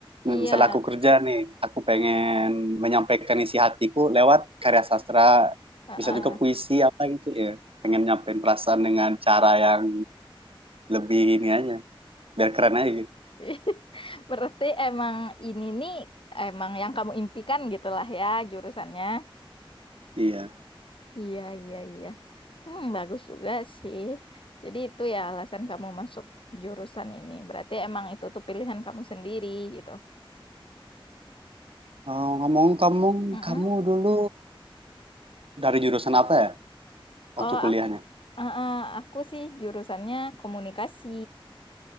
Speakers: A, on the left (about 65°); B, on the right (about 80°).
A: Iya.
B: misalnya aku kerja nih aku pengen menyampaikan isi hatiku lewat karya sastra
A: Heeh.
B: bisa juga puisi apa gitu ya pengen nyampein perasaan dengan cara yang lebih ini aja biar keren aja gitu
A: <laughs> Berarti emang ini nih emang yang kamu impikan gitulah ya jurusannya.
B: iya
A: Iya iya iya. Hmm, bagus juga sih. Jadi itu ya alasan kamu masuk jurusan ini. Berarti emang itu tuh pilihan kamu sendiri gitu.
B: Oh, ngomong kamu
A: Mm-mm.
B: kamu dulu dari jurusan apa ya waktu
A: Oh,
B: kuliahnya?
A: Eh, eh, aku sih jurusannya komunikasi.